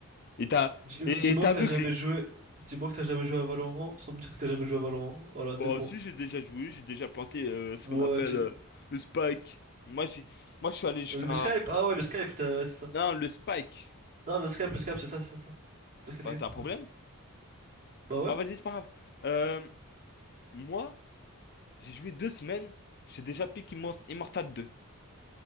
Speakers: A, on the left; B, on the right.
A: Et t'as,
B: Dis-
A: et
B: Dis-moi
A: et t'es aveuglé.
B: que t'as jamais joué. Dis-moi que t'as jamais joué à Valorant sans me dire que t'as jamais joué à Valorant. Voilà, deux
A: Bon,
B: points.
A: si j'ai déjà joué, j'ai déjà planté euh, ce
B: Ouais,
A: qu'on appelle
B: tu-
A: euh, le spike. Moi, j'ai, moi, je suis allé jusqu'à.
B: Le Skype, ah ouais, le Skype, t'as- ouais, c'est ça.
A: Non, le spike.
B: Non, le Skype, le Skype, c'est ça, c'est ça. ça. T'inquiète,
A: Bah,
B: t'inquiète.
A: t'as un problème?
B: Bah ouais.
A: Bah, vas-y, c'est pas grave. Euh, moi, j'ai joué deux semaines, j'ai déjà pick Immor- Immortal deux